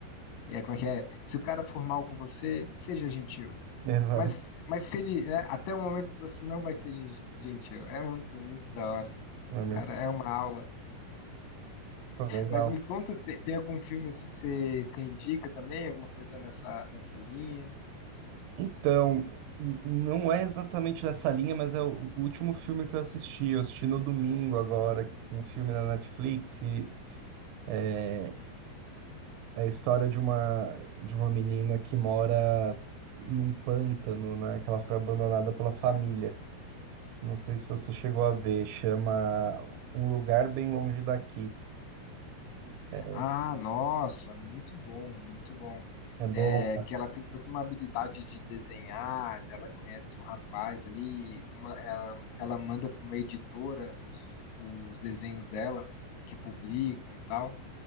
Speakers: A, on the left; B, on the right.
A: é, como é que é, se o cara for mal com você, seja gentil,
B: exato.
A: mas, mas se ele, né, até o momento que você não vai ser gen- gentil, é muito, muito da hora,
B: É muito
A: cara, é uma aula.
B: legal.
A: Mas me conta, te- tem algum filme assim que você, você indica também? Alguma coisa nessa, nessa linha?
B: Então, n- não é exatamente nessa linha, mas é o o último filme que eu assisti. Eu assisti no domingo agora, um filme na Netflix que é, é a história de uma, de uma menina que mora num pântano, né? Que ela foi abandonada pela família. Não sei se você chegou a ver, chama Um Lugar Bem Longe Daqui. É
A: Ah, nossa, muito bom, muito bom.
B: é bom.
A: É, que ela tem toda uma habilidade de desenhar, ela conhece um rapaz ali, ma- ela, ela manda para uma editora os, os desenhos dela, que publicam e tal.